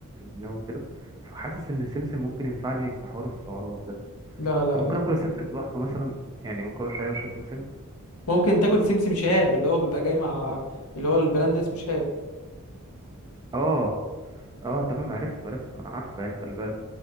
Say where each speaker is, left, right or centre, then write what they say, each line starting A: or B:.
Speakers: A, on the right; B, on the left.
A: جيماوي وكده فحاسس ان السمسم ممكن ينفعني في حوار السعرات ده
B: لا لا
A: طب ممكن
B: لا
A: اكل السمسم لوحده مثلا يعني ما اكلش اي رشه سمسم
B: ممكن تاكل سمسم شهاب اللي هو بيبقى جاي مع اللي هو البراند اسمه شهاب
A: اه اه تمام عرفت عرفت انا عارفه يعني خلي بالك